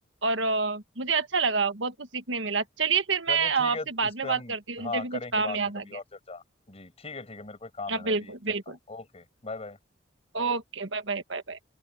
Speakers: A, on the right; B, on the left.
A: और अ, मुझे अच्छा लगा बहुत कुछ सीखने मिला चलिए फिर मैं
B: चलिए
A: अ,
B: ठीक
A: आपसे
B: है
A: बाद
B: इस
A: में
B: पे हम
A: बात करती हूँ
B: हाँ
A: मुझे भी
B: करेंगे
A: कुछ काम
B: बाद
A: याद
B: में कभी
A: आ गया
B: और
A: है।
B: चर्चा जी ठीक है ठीक है मेरे को एक काम
A: हाँ
B: है मैं
A: बिल्कुल
B: अभी
A: बिल्कुल
B: चलता हूँ ओके बाय बाय
A: Okay bye bye bye bye